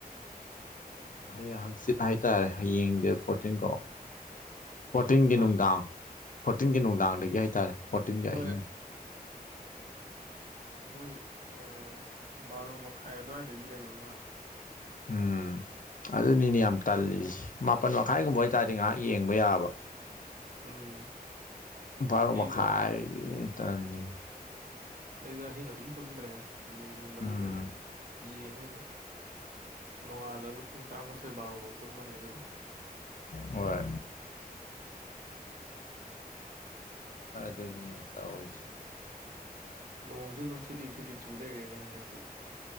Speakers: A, on the left; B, on the right.
A: ꯍꯌꯦꯡ ꯍꯥꯡꯆꯤꯠ ꯍꯥꯏꯇꯥꯔꯦ ꯍꯌꯦꯡ ꯗꯦꯠ ꯐꯣꯔꯇꯤꯟ ꯀꯣ ꯐꯣꯔꯇꯤꯟꯒꯤ
B: ꯍꯥ
A: ꯅꯨꯡꯗꯥꯡ ꯐꯣꯔꯇꯤꯟꯒꯤ ꯅꯨꯡꯗꯥꯡꯗꯒꯤ ꯍꯥꯏꯇꯥꯔꯦ ꯐꯣꯔꯇꯤꯟꯒꯤ
B: ꯍꯣꯏ
A: ꯑꯍꯤꯡ
B: ꯃꯣꯏ ꯑ ꯕꯥꯔꯣ ꯃꯈꯥꯏ ꯑꯗꯨꯋꯥꯏꯗꯒꯤ ꯂꯩꯕ ꯃꯥꯜꯂꯦ
A: ꯎꯝ ꯑꯗꯨꯅꯤꯅꯦ ꯌꯥꯝ ꯇꯜꯂꯤꯖꯦ ꯃꯥꯄꯟ ꯃꯈꯥꯏꯒꯨꯝꯕ ꯑꯣꯏꯇꯥꯔꯗꯤ ꯉꯥꯏꯍꯥꯛ ꯌꯦꯡꯕ ꯌꯥꯕ
B: ꯎꯝ
A: ꯕꯥꯔꯣ
B: ꯑꯩꯁꯨ
A: ꯃꯈꯥꯏ
B: ꯑꯩ
A: ꯖꯤꯅꯤꯅꯦ ꯇꯜꯂꯤꯖꯩ
B: ꯑꯩꯗꯣ ꯑꯍꯤꯡ ꯑꯗꯨꯝ ꯇꯨꯝꯗ꯭ꯔꯦ ꯌꯦꯡꯅꯤꯡꯃꯟꯕꯩ
A: ꯎꯝ
B: ꯌꯦꯡꯉꯦ ꯑꯗꯨꯝ ꯅꯣꯡꯉꯥꯜꯂꯒꯥ ꯄꯨꯡ ꯇꯔꯥꯃꯥꯊꯣꯏ ꯕꯥꯔꯣ ꯐꯧ ꯇꯨꯝꯃꯅꯤ ꯑꯗꯨꯒꯥ
A: ꯍꯣꯏ ꯑꯗꯨꯅꯤꯅꯦ ꯇꯧꯔꯤꯁꯦ
B: ꯅꯣꯡꯖꯨ ꯑꯗꯨꯝ ꯊꯤꯠꯂꯤ ꯊꯤꯠꯂꯤ ꯆꯨ ꯂꯩꯔꯦꯅꯦ ꯍꯟꯗꯛꯇꯤ